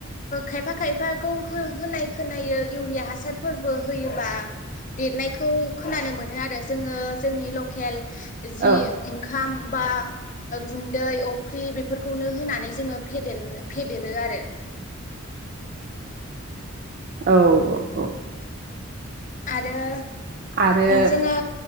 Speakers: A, on the left; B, on the right.
A: खायफा खायफाखौ होनाय खोनायो इउरिया हासारफोरबो होयोबा देरनायखौ खोनानो मोनो आरो जोङो जोंनि लकेल जि
B: औ
A: ओंखाम बा गुन्दै अफ्रि बेफोरखौनो होनानै जोङो फेदेन फेदेरो आरो
B: औ औ औ
A: आरो
B: आरो
A: जोङो